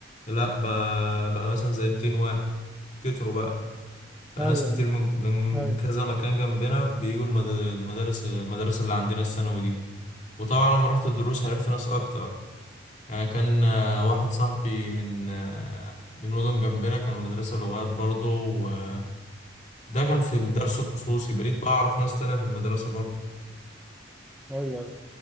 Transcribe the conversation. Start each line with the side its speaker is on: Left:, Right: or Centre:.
Left: لأ بقى, بقى مثلا زي ميتين واحد كتروا بقى بقى
Centre: ايوه
Left: ناس كتير من من
Centre: ايوه
Left: كذا مكان جنبنا بيجوا المد- المدارس المدرسة اللي عندنا الثانوي دي وطبعا لما رحت الدروس عرفت ناس أكتر يعني كان آه، واحد صاحبي من آه، من مدن جنبنا كان مدرسة لغات برضه وده كان في الدرس الخصوصي بقيت بعرف ناس تانية في المدرسة برضه
Centre: ايوه ايوه